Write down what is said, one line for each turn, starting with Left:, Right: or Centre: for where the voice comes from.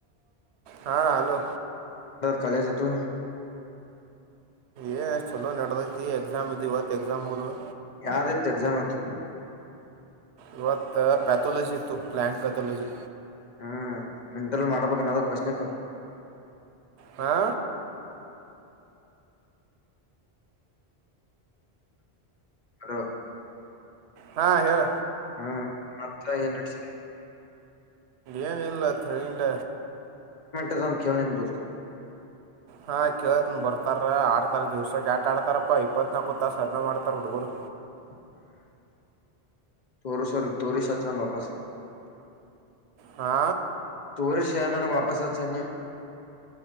Right: ಹಾ ಹಲೋ
Left: ಕಾಲೆಜತು
Right: ಏ ಅಸ್ ಚಲೋ ನಡದೈತಿ ಎಕ್ಸಾಮ್ ಇದು ಇವತ್ತು ಎಕ್ಸಾಮ್ ಮುಗದ್ವು
Left: ಯಾದಿತ್ ಎಕ್ಸಾಮ್ ಇವತ್
Right: ಇವತ್ ಪ್ಯಾಥೋಲಜಿ ಇತ್ತು ಪ್ಲಾಂಟ್ ಪ್ಯಾಥೋಲಜಿ
Left: ಹ್ಮ್ ಇಂಟರ್ವ್ಯ್ ಮಾಡ್ಬೇಕನ್ನಾದ ಕ್ವಶ್ನೆಕ್
Right: ಹಾ
Left: ಹಲೋ
Right: ಹಾ ಹೇಳ
Left: ಹ್ಮ ಮತ್ತ ಏನ್ ನಡಸ್ರಿ
Right: ಏನ ಇಲ್ಲ ತೈಲ್ಲ
Left: ಅದೊಂದ್ ಕೇಳ್ ನಿಮ್ <unintelligible>
Right: ಹಾ ಕೇಳ್ತೀನ್ ಬರ್ತಾರ ಆಡ್ತಾರ ದಿವ್ಸಕ್ಕೆ ಆಟ ಆಡ್ತಾರಪ್ಪಾ ಇಪ್ಪತ್ ನಾಪ್ಪತ್ ತಾಸ ಅದ ಮಾಡ್ತಾರ ಹುಡುಗರ್
Left: <unintelligible> ತೋರಿಸ್ ಅವ್ರಿಗ್ ತೋರಿಸ್ ಸಾಚನಾಂಗ ವಾಪಸ್
Right: ಹಾ
Left: ತೋರಿಸಿ ನನಗ್ ವಾಪಸ್ ಅಚನ್ನೆ